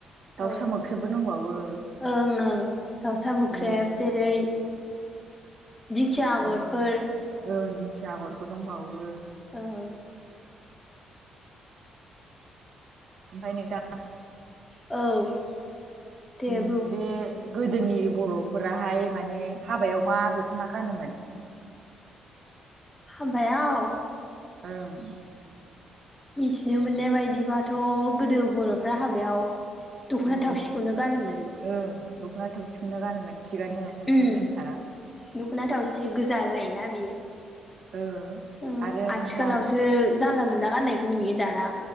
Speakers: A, on the right; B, on the left.
A: दाउसा
B: ओं
A: मोख्रेबबो दंबावो
B: ओं दाउसा मोख्रेब
A: उम
B: जेरै दिंखिया आगरफोर
A: ओं ओं दिंखिया आगरबो दंबावो
B: औ
A: ओमफाय नोंथा
B: औ दे
A: उम
B: बुं
A: बे गोदोनि बरफोराहाय माने हाबायाव मा दखना गानोमोन?
B: हाबायाव
A: ओं
B: मिथिनो मोननाय बायदिबाथ गोदो बरफ्रा हाबायाव दखना
A: उम
B: थावसिखौनो गानोमोन।
A: ओं दखना थौसिखौनो गानोमोन थिगानोनो नोंथांनि
B: उम
A: एन्सारा।
B: दखना थावसि गोजा जायोना बियो
A: औ
B: उम
A: आरो
B: आथिखालावसो
A: नोंथां
B: जानला मोनला गाननायखौ नुयो दाना